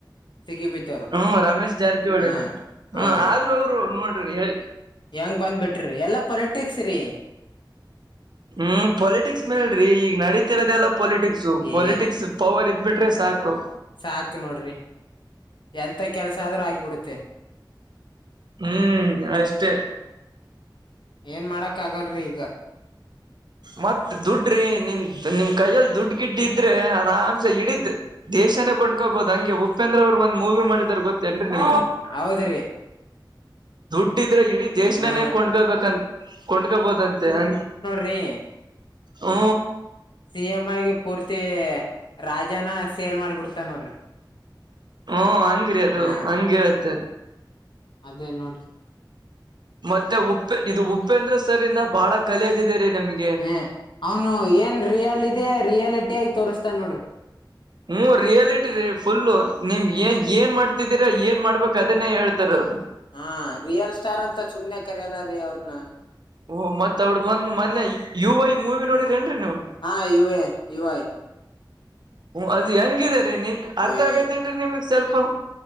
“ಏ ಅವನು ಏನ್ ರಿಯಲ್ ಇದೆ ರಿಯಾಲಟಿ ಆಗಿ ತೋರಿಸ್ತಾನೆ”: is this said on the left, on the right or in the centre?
Left